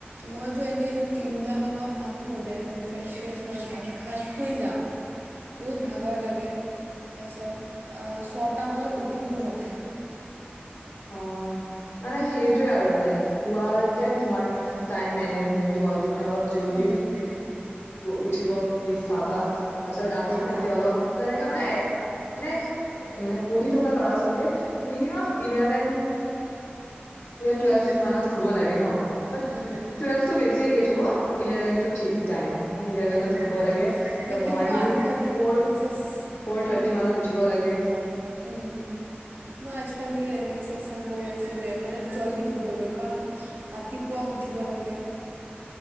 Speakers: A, on the right; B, on the left.
A: মইতো এনেই তিনিটামানত আহোঁ দেন ফ্ৰেছ ফ্ৰেছ হয় ভাত খাই শুই যাওঁ, বহুত ভাগৰ লাগে। তাৰপিছত ছটা মানত উঠো মই।
B: অঁ, মানে সেইটোয়ে আৰু, মানে শোৱাতে তোমাৰ টাইম মেনেজমেন হয়। তুমি অলপ জল্দি
A: উম।
B: উঠিব বিচ চা বা। তাৰপিছত ৰাতি
A: অ'।
B: শুতে অলপ যেনেকা মানে মানে, মানে পঢ়ি থকা ল'ৰা ছোৱালীয়ে মিনিমাম ইলেভেন। টুৱেলভ
A: উম,
B: মানত শুব লাগে ন? বাত,
A: উম,
B: টুৱেলটো বেছিয়ে লেট হ'ব, ইলেভেন টো থিক টাইম। মানে ইলেভেনত
A: উম।
B: শুব লাগে,
A: সেইটো
B: দ মৰ্নিং
A: মই আজিকালি
B: ফৰ
A: চেচ
B: ফৰ থাৰ্টি মানত উঠিব লাগে।
A: উম মই আজিকালি এনে চেষ্টা কৰি আছোঁ দে, মানে জল্দি শুবলৈ কাৰণ ৰাতিপুৱাও উঠিব লাগে।